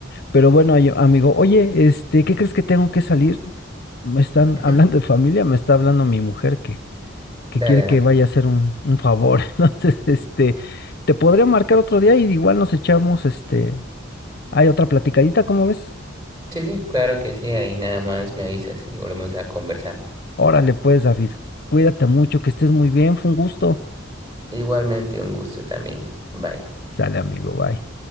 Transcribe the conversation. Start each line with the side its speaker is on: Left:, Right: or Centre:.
Left: Pero bueno, ay- amigo, oye, este, ¿qué crees que tengo que salir? Me están
Right: Ujú.
Left: hablando de familia, me está hablando mi mujer que, que
Right: Dale,
Left: quiere que
Right: dale.
Left: vaya a hacer un, un favor. <laughs> Entonces, este, te podría marcar otro día y igual nos echamos, este, hay otra platicadita, ¿cómo ves?
Right: Sí, sí, claro que sí. Ahí nada más me avisas y volvemos a conversar.
Left: Órale, pues, David, cuídate mucho, que estés muy bien, fue un gusto.
Right: Igualmente, un gusto también. Bye.
Left: Sale, amigo, bye.